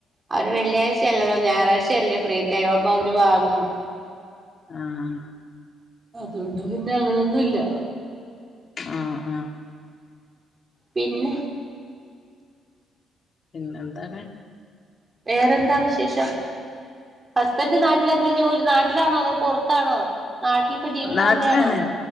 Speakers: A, on the right; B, on the left.
A: അവര് വെള്ളിയാഴ്ചയല്ലല്ലോ ഞായറാഴ്ചയല്ലേ ഫ്രീ ടൈം, അപ്പൊ അവര് വാങ്ങാ
B: ആഹ്
A: അതുകൊണ്ട് പിന്നെ അങ്ങനെയൊന്നുല്ല
B: ആഹ് ആഹ്
A: പിന്നെ
B: പിന്നെ എന്താണ്.
A: വേറെന്താ വിശേഷം? ഹസ്ബൻഡ്, നാട്ടിലെന്താ ജോലി നാട്ടിലാണോ, അതോ പുറ ത്താണോ? നാട്ടിലിപ്പം ലീവിന്
B: നാട്ടിലാണ്
A: വന്നെയാണോ?